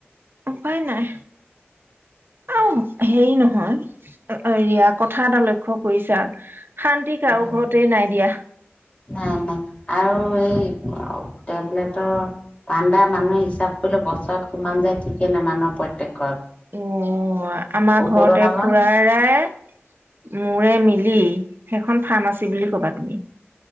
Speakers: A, on the right; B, on the left.
A: উপায় নাই আৰু হেৰি নহয় ৰিয়া কথা এটা লক্ষ্য কৰিছা। শান্তি কাৰো
B: নাই
A: ঘৰতে দিয়া
B: নাই আৰু এই টেবলেট চাণ্ডাৰ মানুহে হিচাপ কৰিলে বছৰত কিমান যায় ঠিকে নাই মান প্ৰত্যেক
A: অ আমাৰ
B: ঔষধৰ
A: ঘৰতে
B: নামত
A: খুৰা ৰাই ময় মিলি সেইখন ফাৰ্মাচী বুলি ক'বা তুমি